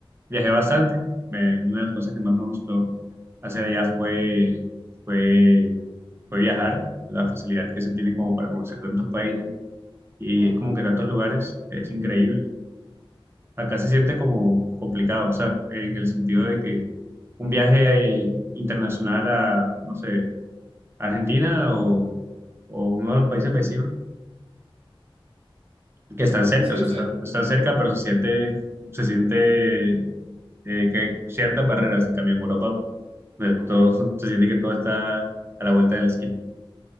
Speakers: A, on the right; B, on the right.
A: Viajé bastante. eh, una de las cosas que más me gustó hacer allá fue, fue, fue viajar. La facilidad que se tiene como para conocer tantos países y
B: Mm.
A: como que tantos lugares es increíble. Acá se siente como complicado, o sea, en el sentido de que un viaje eh, internacional a, no sé, Argentina o, o uno de los países vecinos que están cerca,
B: Sí,
A: o sea,
B: o sea,
A: están, están cerca, pero se siente, se siente eh, que hay ciertas barreras. En cambio, en Europa, eh, todo, <laughs> se siente que todo está a la vuelta de la esquina.